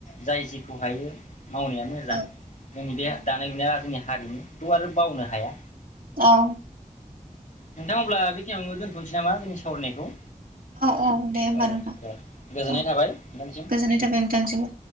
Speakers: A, on the left (about 60°); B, on the right (about 80°).
A: जाय जि खौ हायो। मावनाया मोजां
B: औ
A: जोंनि बे
B: उम
A: दानाय लुनाया जोंनिया हारिमुखौ आरो बावनो हाया।
B: औ
A: नोंथां अब्ला बेखिनियावनो दोनथ'नोसै नामा जोंनि सावरायनायखौ?
B: औ औ दे होमबा
A: औ
B: नोंथां
A: दे गोजोननाय
B: औ
A: थाबाय नोंथांसिम
B: गोजोननाय थाबाय नोंथांनिसिम।